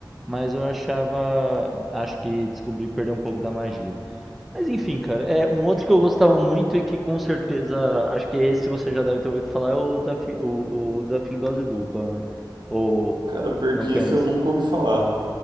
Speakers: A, in the centre; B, on the right (about 70°).
A: mas eu achava, acho que descobri perder um pouco da magia. Mas enfim, cara, é um outro que eu gostava muito e que com certeza, acho que esse você já deve ter ouvido falar, é o desafio, o, o desafio em dose dupla, né? Ou
B: Cara, porque
A: não conhece?
B: esse eu nunca ouvi falar.